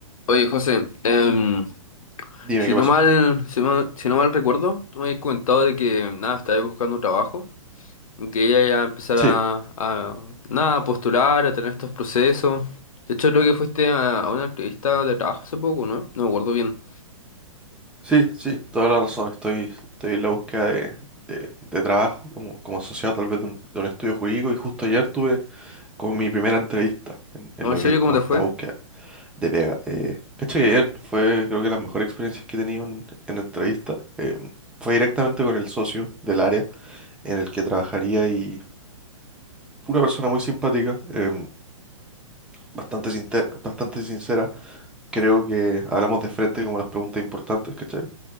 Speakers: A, on the left; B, in the centre.
A: Oye, José, em,
B: Dime
A: si
B: qué
A: no
B: pasó.
A: mal, si no, si no mal recuerdo, tú me habías comentado de que nada, estabas buscando trabajo y que ella ya empezar
B: Sí,
A: a, a, nada, a postular, a tener estos procesos. De hecho, creo que fuiste a, a una entrevista de trabajo hace poco, ¿no? No me acuerdo bien.
B: sí, sí, toda la razón. Estoy, estoy en la búsqueda de, de- de trabajo como, como asociado tal vez de un, de un estudio jurídico y justo ayer tuve como mi primera entrevista en, en
A: No,
B: lo
A: ¿en serio
B: que es como
A: cómo te
B: esta
A: fue?
B: búsqueda de pega. Eh, cacha que bien, fue creo que las mejores experiencias que he tenido en, en entrevista. Eh, fue directamente con el socio del área en el que trabajaría y una persona muy simpática, em, bastante, sinte- bastante sincera. Creo que hablamos de frente como las preguntas importantes, ¿cachai?